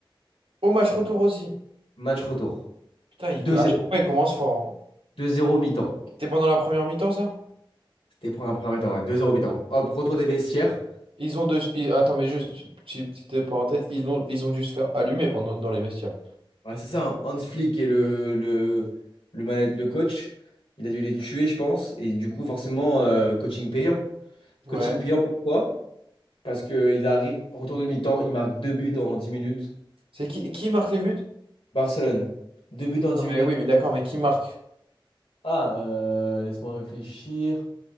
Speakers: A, on the right; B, on the left.
A: Au match retour aussi.
B: Match retour.
A: Putain, il,
B: 2-0.
A: à chaque fois, il commence fort. en fait.
B: 2-0 mi-temps.
A: C'était pendant la première mi-temps, ça?
B: C'était pour un premier mi-temps, ouais. 2-0 mi-temps. Hop, retour des vestiaires.
A: Ils ont deux... ils- Attends, mais juste, petite, petite parenthèse, ils ont, ils ont dû se faire allumer pendant, dans les vestiaires.
B: Ouais, c'est ça, hein. Hans Flick et le, le, le, man- le coach. Il a dû les tuer, je pense. Et du coup, forcément, euh, coaching payant.
A: Ouais.
B: Coaching payant, pourquoi? Parce qu'ils arrivent, retour de mi-temps, ils marquent deux buts en dix minutes.
A: C'est qui, qui marque les buts?
B: Barcelone, deux buts en 10
A: Ah,
B: minutes.
A: mais oui, mais d'accord, mais qui marque?
B: Ah, euh, laisse-moi réfléchir.